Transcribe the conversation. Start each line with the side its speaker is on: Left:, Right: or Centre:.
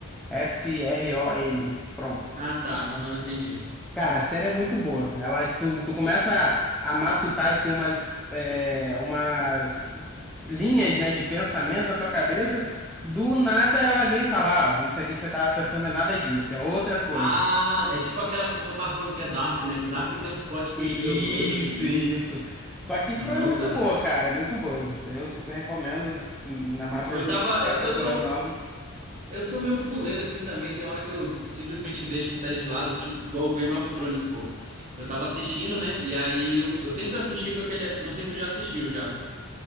Centre: F-R-O-M, From.
Right: Ah, tá. Aham, entendi.
Centre: Cara, a série é muito boa. Ela, tu, tu começa a, a matutar assim, umas, é, umas linhas, né, de pensamento na tua cabeça. Do nada ela vem falar, ó, isso aqui que você tava pensando é nada disso, é outra coisa.
Right: Ah, é tipo aquela que o pessoal tava falando que é Dark, né? Que Dark tem uns plot
Centre: Isso,
Right: twist meio doido, assim.
Centre: isso. Só que From
Right: Não,
Centre: é muito
Right: cara.
Centre: boa, cara, é muito boa. Eu super recomendo, ainda mais pra
Right: Eu
Centre: você
Right: tava.
Centre: que tá
Right: Eu,
Centre: procurando
Right: eu sou.
Centre: algo.
Right: Eu sou meio fuleiro assim também. Tem hora que eu simplesmente deixo a série de lado, tipo, igual Game of Thrones, pô. Eu tava assistindo, né? E aí eu, eu sempre assisti com aquele. Não sei se tu já assistiu já,